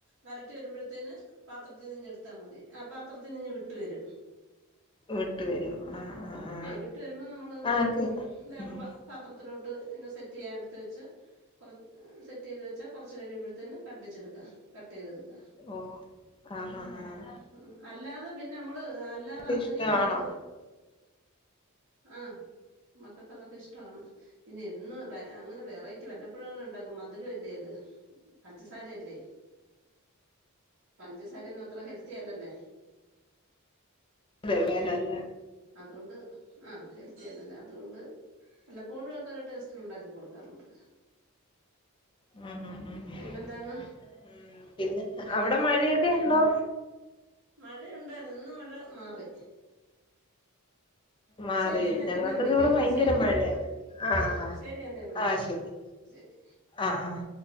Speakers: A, on the right (about 55°); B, on the left (about 20°).
A: വരട്ടി വരുമ്പഴത്തേന് പാത്രത്തിൽ നിന്നെട്ത്താ മതി ആ പാത്രത്തിന്നിങ്ങ് വിട്ട് വരും
B: വിട്ട് വരും ആഹ് ആഹ് ആഹ്
A: ആഹ് വിട്ട് വരുമ്പ നമ്മള് ഒര്
B: ആഹ് കേക്കാം
A: വേറൊരു
B: ഉം
A: പ പാത്രത്തിലോട്ട് പിന്നെ സെറ്റെയ്യാൻ ഇട്ത്ത് വെച്ച് കൊറ സെറ്റ്യ്ത് വെച്ചാ കൊറച്ച് കഴിയുമ്പഴത്തേന് കട്ടിച്ചെടുക്ക കട്ടെയ്തെട്ക്ക
B: ഓഹ് ആഹ് ആഹ് ആഹ്
A: ഉം അല്ലാതെ പിന്നമ്മള് അല്ലാതെ
B: അതൊക്കെ
A: അങ്ങനെയാ
B: ഇഷ്ടാണോ
A: കഴിക്ക്ണ് ആഹ് മക്കക്കതൊക്കെ ഇഷ്ടാണ് പിന്നെ എന്നും വെ അങ്ങനെ വെറൈറ്റി വല്ലപ്പോഴങ്ങനെണ്ടാക്കും മധുരല്ലേ അത് പഞ്ചസാരയല്ലേ പഞ്ചസാരയൊന്നു അത്ര ഹെൽത്തിയല്ലല്ല
B: തെവ്ടേലല്ല
A: അത്കൊണ്ട് ആഹ് ഹെൽത്തിയലല്ല അത്കൊണ്ട് വല്ലപ്പോഴുവൊക്കെ ഒരു ടേസ്റ്റിന് ഇണ്ടാക്കി കൊടുക്കാറുണ്ട്
B: ഉം ഉം ഉം ഉം
A: പിന്നെന്താണ്
B: ഉം പിന്നെ
A: വേറെ
B: അവിടെ മഴയൊക്കെ ഉണ്ടോ?
A: മഴയുണ്ടാര്ന്നു ഇന്ന് മഴ മാറി
B: മാറി
A: ശരിയെന്നാ
B: ഞങ്ങൾക്കൊക്കെ
A: പിന്നെ വിളിക്ക
B: ഇവിടെ ഭയങ്കര
A: ശ
B: മഴയാ ആഹ്
A: ആണോ ശരി എന്നാ വിളിക്കാം
B: ആഹ് ശരി
A: ശരി
B: ആഹ് ആഹ്